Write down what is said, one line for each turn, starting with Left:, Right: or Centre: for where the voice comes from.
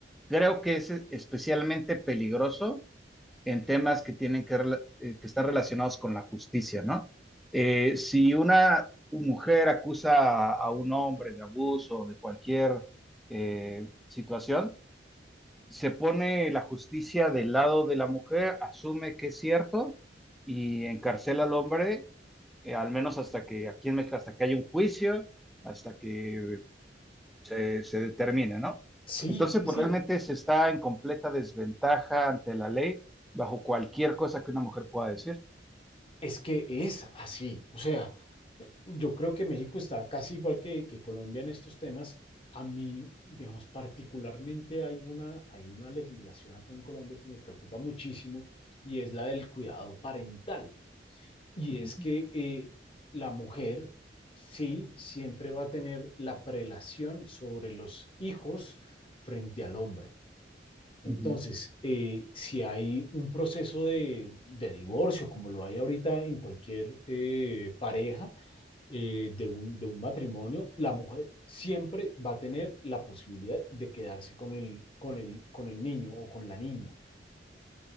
Centre: creo que es especialmente peligroso en temas que tienen que, rela- eh, que estar relacionados con la justicia, ¿no? Eh, si una mujer acusa a, a un hombre de abuso o de cualquier eh, situación, se pone la justicia del lado de la mujer, asume que es cierto y encarcela al hombre, eh, al menos hasta que aquí en México, hasta que haya un juicio, hasta que se, se determine, ¿no?
Left: sí,
Centre: Entonces,
Left: sí,
Centre: pues
Left: sí,
Centre: realmente se está en completa desventaja ante la ley bajo cualquier cosa que una mujer pueda decir.
Left: es que es así. O sea, yo creo que México está casi igual que, que Colombia en estos temas. A mí, digamos, particularmente hay una, hay una legislación acá en Colombia que me preocupa muchísimo y es la del cuidado parental. Y
Centre: Ujú,
Left: es que eh, la mujer, sí, siempre va a tener la prelación sobre los hijos frente al hombre. Entonces,
Centre: ujú.
Left: eh, si hay un proceso de, de divorcio, como lo hay ahorita en cualquier eh, pareja eh, de un, de un matrimonio, la mujer siempre va a tener la posibilidad de quedarse con el, con el, con el niño o con la niña